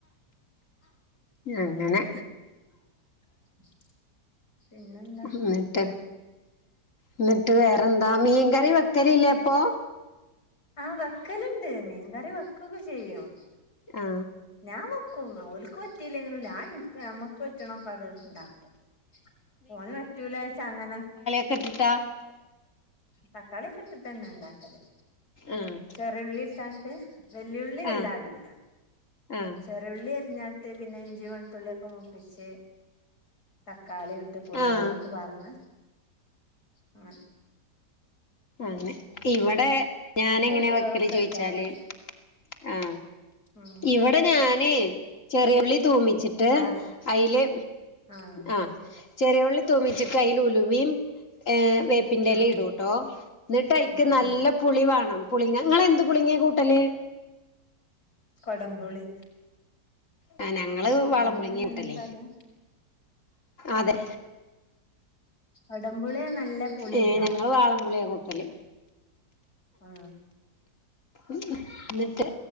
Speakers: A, on the left; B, on the left.
A: അങ്ങനെ
B: <inaudible> പിന്നെ
A: എന്നിട്ട് എന്നിട്ട് വേറെന്താ മീൻകറി വെക്കലല്ലേ അപ്പൊ
B: ആഹ് വക്കല ഇണ്ട് മീൻകറി വക്കൊക്കെ ചെയ്യും.
A: ആ
B: ഞാൻ വെക്കും ഓൽക് പറ്റീയില്ലെങ്കിലും ഞാ ഞ ഇനിക്ക് നമ്മക്ക് പറ്റണൊക്കെണ്ട് ഉണ്ടാക്കും ഓന് പറ്റൂലച്ചാ അങ്ങനെ
A: കട് <unintelligible>
B: തക്കാളി ഒക്കെ ഇട്ടിട്ടന്നെ ഇണ്ടാക്കല്
A: ആഹ്
B: ചെറിയുള്ളിട്ടാണ്ട്. വെല്ലിയുള്ളി വെല്ലാ
A: ആഹ്
B: ഇടൂല
A: ആഹ്
B: ചെറുള്ളി എരിഞ്ഞാട്ട് പിന്നെ ഇഞ്ചി വെളുത്തുള്ളിയൊക്കെ മൂപ്പിച്ച് തക്കാളിയു ഇട്ട് പുളിവെ
A: ആഹ്
B: ള്ളൊക്കെ പാറ്ന്ന് അങ്ങനെ.
A: അന്നെ ഇവിടെ ഞാാനങ്ങനെ
B: പിന്നെ പൊടികളൊക്കെ
A: വെക്കല് ചോയിച്ചാല്
B: ഇട്ടാട്ട്
A: ആ
B: ഉം
A: ഇവിടെ ഞാന്.. ചെറിയൊള്ളി തൂമിച്ചിട്ട്
B: അര
A: അതില്
B: ആഹ്
A: ആ.. ചെറിയള്ളി തൂമിച്ചിട്ട്യ്ൽ ഉലുവും ഏഹ് വേപ്പിന്റെല
B: ഉം
A: ഇടൂട്ടോ ന്നട്ട് അയിക്ക്
B: ഉം
A: നല്ല
B: ഉം
A: പുളി വാണം പുളിങ്ങ ഇങ്ങൾ എന്ത് പുളിങ്ങിയകൂട്ടല്.
B: കൊടമ്പുളി
A: ആ ഞങ്ങള്
B: കൊടംപുളി
A: വാളംപൊളിഞ്ഞ
B: എന്നല്ലേ
A: കട്ടല്ലേ
B: അയിന് പറയാ
A: അതെ
B: ഉടുമ്പുളി നല്ല പുളിണ്ടാവും
A: ഏഹ് ഞങ്ങള് വാളംപുളിയാ കൂട്ടല്
B: ആ
A: ഉംഎന്നിട്ട്